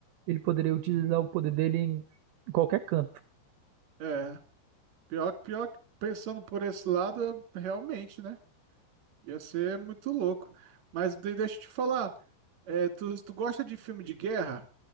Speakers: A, on the right; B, on the right.
A: ele poderia utilizar o poder dele em qualquer canto.
B: É, pior, pior que pensando por esse lado, realmente, né? Ia ser muito louco. Mas de- deixa eu te falar. É, tu, tu gosta de filme de guerra?